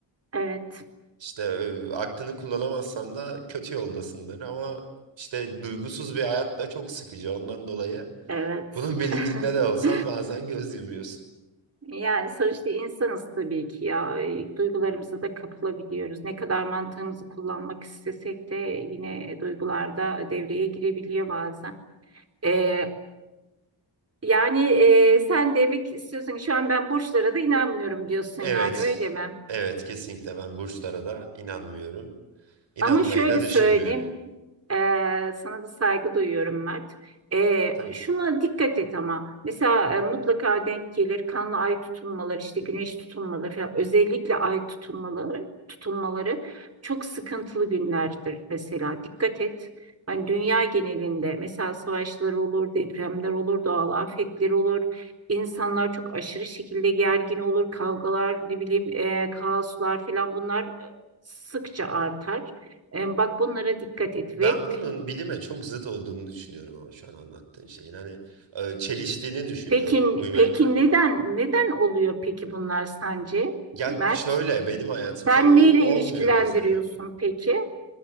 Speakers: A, on the right; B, on the right.
A: Evet,
B: İşte e, aklını kullanamazsan da kötü yoldasındır ama işte duygusuz bir hayat da çok sıkıcı. Ondan dolayı
A: evet.
B: bunun bilincinde
A: <laughs>
B: de olsan bazen göz yumuyorsun.
A: Yani sonuçta insanız tabii ki ya. E, Duygularımıza da kapılabiliyoruz. Ne kadar mantığımızı kullanmak istesek de yine duygularda devreye girebiliyor bazen. E, yani e, sen demek istiyorsun ki şu an ben burçlara da inanmıyorum diyorsun
B: Evet,
A: yani öyle mi?
B: evet kesinlikle ben burçlara da inanmıyorum. İnanmayı
A: Ama şöyle
B: da düşünmüyorum.
A: söyleyeyim. Ee, sana da saygı duyuyorum Mert. Ee,
B: Tabii.
A: şuna dikkat et ama mesela e, mutlaka denk gelir kanlı ay tutulmaları işte güneş tutulmaları falan özellikle ay tutulmaları tutulmaları çok sıkıntılı günlerdir mesela dikkat et. Hani dünya genelinde mesela savaşlar olur, depremler olur, doğal afetler olur. İnsanlar çok aşırı şekilde gergin olur, kavgalar, ne bileyim, e, kaoslar falan bunlar e, sıkça artar. E, bak bunlara dikkat et
B: Ben
A: ve
B: bunun bilime çok zıt olduğunu düşünüyorum ama şu an anlattığın şeyin. Hani e, çeliştiğini düşünüyorum.
A: Peki,
B: Uyumayı
A: peki
B: bırak.
A: neden neden oluyor peki bunlar sence
B: Ya
A: Mert?
B: şöyle benim hayatımda
A: Sen
B: ol-
A: neyle
B: olmuyor
A: ilişkilendiriyorsun
B: mesela.
A: peki?